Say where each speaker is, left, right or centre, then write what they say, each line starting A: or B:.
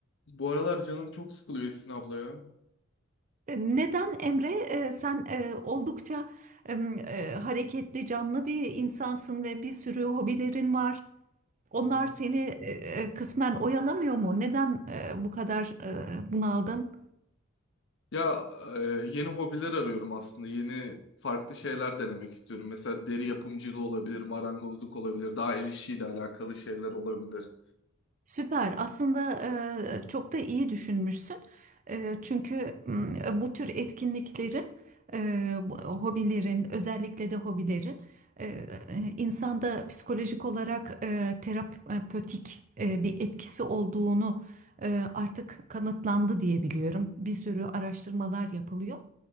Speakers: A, on the left; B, on the right.
A: Bu aralar canım çok sıkılıyor Esin abla ya.
B: E, Neden Emre? E, sen e, oldukça em, e, hareketli, canlı bir insansın ve bir sürü hobilerin var. Onlar
A: Hı hı.
B: seni e, e, kısmen oyalamıyor mu? Neden e, bu kadar e, bunaldın?
A: Ya e, yeni hobiler arıyorum aslında. Yeni farklı şeyler denemek istiyorum. Mesela deri yapımcılığı olabilir, marangozluk olabilir, daha el işiyle alakalı şeyler olabilir.
B: Süper. Aslında e, çok da iyi düşünmüşsün. E, çünkü m, bu tür etkinliklerin, e, bu- hobilerin, özellikle de hobilerin e, e, insanda psikolojik olarak e, terapötik e, bir etkisi olduğunu e, artık kanıtlandı diye biliyorum. Bir sürü araştırmalar yapılıyor.